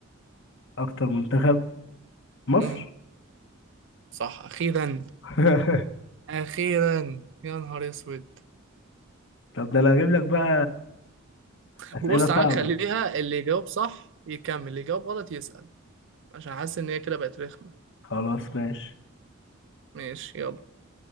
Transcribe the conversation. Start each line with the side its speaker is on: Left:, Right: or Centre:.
Left: اكتر منتخب مصر
Right: امم صح اخيرا
Left: <laughs>
Right: اخيرا يا نهار اسود
Left: طب ده انا هجيب لك بقى اسئله
Right: بص تعالى
Left: صعبه
Right: نخليها اللي يجاوب صح يكمل اللي يجاوب غلط يسأل عشان حاسس ان هي كده بقت رخمه
Left: خلاص ماشي
Right: ماشي يلا